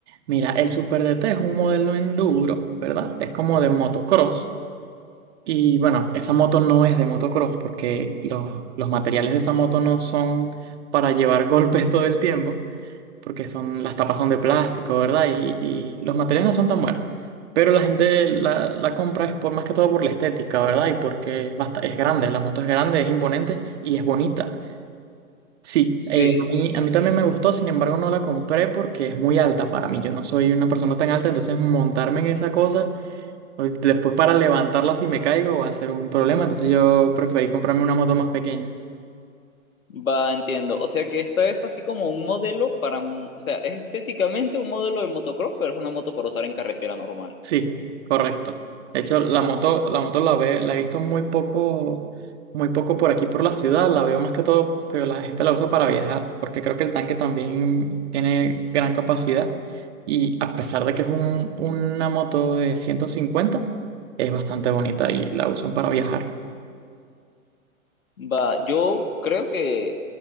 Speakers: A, on the right; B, on the left.
A: Mira, el Super DT es un modelo enduro, ¿verdad? Es como de motocross. Y bueno, esa moto no es de motocross porque los, los materiales de esa moto no son para llevar <laughs> golpes todo el tiempo, porque son, las tapas son de plástico, ¿verdad? Y, y los materiales no son tan buenos. Pero la gente la, la compra es por más que todo por la estética, ¿verdad? Y porque basta- es grande, la moto es grande, es imponente y es bonita. Sí,
B: Sí,
A: eh, a mí, a mí también me gustó, sin embargo no la compré porque es muy alta para mí. Yo no soy una persona tan alta, entonces montarme en esa cosa o- Después para levantarla si me caigo va a ser un problema, entonces yo preferí comprarme una moto más pequeña.
B: va, entiendo. O sea que esta es así como un modelo para, m- o sea, es estéticamente un modelo de motocross, pero es una moto para usar en carretera normal.
A: Sí, correcto. De hecho, la moto, la moto la ve, la he visto muy poco, muy poco por aquí por la ciudad. La veo más que todo que la gente la usa para viajar, porque creo que el tanque también tiene gran capacidad. Y a pesar de que es un- una moto de ciento cincuenta es bastante bonita y la usan para viajar.
B: Va, yo creo que